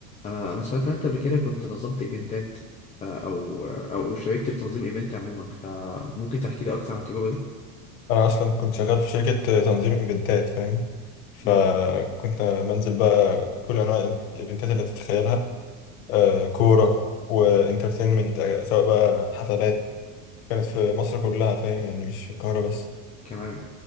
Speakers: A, on the left; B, on the left.
A: آه، انا سمعت ان انت قبل كده كنت نظمت ايفنتات آه، او او شاركت في تنظيم ايفنت عموما فممكن تحكي لي اكتر عن التجربه دي
B: انا اصلا كنت شغال في شركه تنظيم ايفنتات فاهم فكنت
A: امم
B: بنزل بقى كل انواع الايفنتات اللي تتخيلها آه، كوره وانترتينمنت سواء بقى حفلات كانت في مصر كلها فاهم يعني مش في القاهره بس
A: كمان